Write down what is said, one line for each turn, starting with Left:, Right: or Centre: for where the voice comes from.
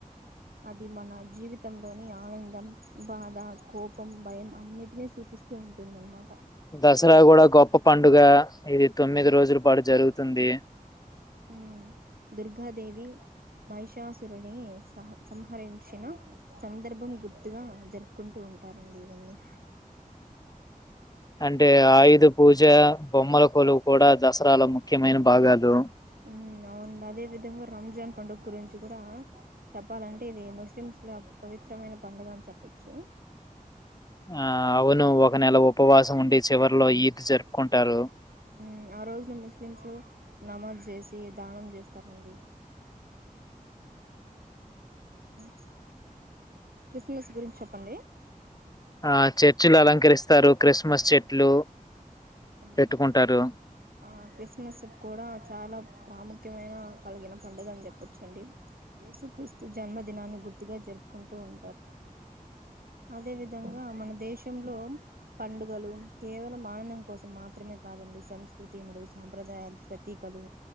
Right: అది మన జీవితంలోని ఆనందం, బాధ, కోపం, భయం అన్నిటినీ సూచిస్తూ ఉంటుంది. అన్నమా
Left: దసరా కూడా గొప్ప పండుగ ఇది తొమ్మిది రోజుల పాటు జరుగుతుంది తందే
Right: ఉమ్ దుర్గాదేవి మహిషాసురుని సహ సంహరించిన సందర్భం గుర్తుగా జరుపుకుంటూ ఉంటారండి ఇవన్నీ.
Left: అంటే ఆయుధ పూజ బొమ్మల కొలువు కూడా దసరాలో ముఖ్యమైన బాగాదు
Right: ఉమ్ అవునుండి అదే విద్ దంగా రంజాన్ పండుగ గురించి కూడా చెప్పాలంటే ఇది ముస్లిమ్స్ ల పవిత్రమైన పండుగ అని చెప్పచ్చు.
Left: ఆ అవును ఒక నెల ఉపవాసం ఉండి చివరిలో ఈద్ జరుపుకుంటారు
Right: మ్మ్ ఆ రోజును ముస్లిమ్స్ నమాజ్ చేసి దానం చేస్తారండి మ్ క్రిస్మస్ గురించి చెప్పండి
Left: ఆ చర్చిలు అలంకరిస్తారు క్రిస్మస్ చెట్లు పెట్టుకుంటారు
Right: మ్మ్ ఆ క్రిస్మస్ కూడా చాలా ప్రాము ఖ్యమైన కలిగిన పండుగ అని చెప్పచ్చండి, యేసు క్రీస్తు జన్మదినాన్ని గుర్తుగా జరుపుకుంటూ ఉంటారు, అదే విధంగా మన దేశంలో పండుగలు కేవలం ఆనందం. కోసం మాత్రమే కాదండి సంస్కృతి మరియు సాంప్రదాయాల ప్రతీకలు